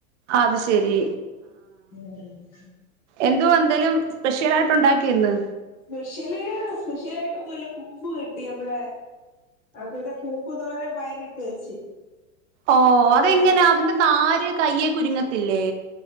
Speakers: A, on the right; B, on the left.
A: അത് ശെരി.
B: <unintelligible>
A: എന്തുവാ എന്തേലും സ്പെഷ്യൽ ആയിട്ട് ഉണ്ടാക്കിയോയിന്ന്.
B: സ്പെഷ്യല് സ്പെഷ്യലായിട്ടൊന്നുല്ല. കൂമ്പ് കിട്ടി നമ്മെടെ അക്കന്നെ കൂമ്പ്. കൂമ്പുതോരൻ പയറിട്ട് വെച്ച്.
A: ഓ
B: നമ്മടെ
A: അതെങ്ങനാ. അതിന്റെ നാര് കയ്യെ കുരുങ്ങത്തില്ലേ?